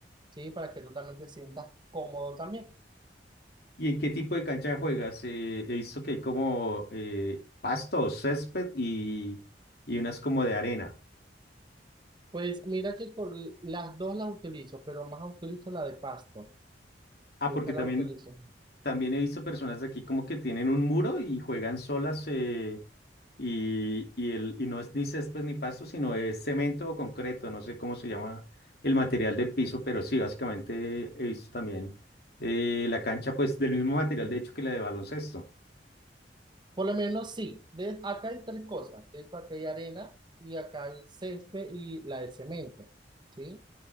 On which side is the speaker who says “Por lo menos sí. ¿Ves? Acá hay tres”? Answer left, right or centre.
Right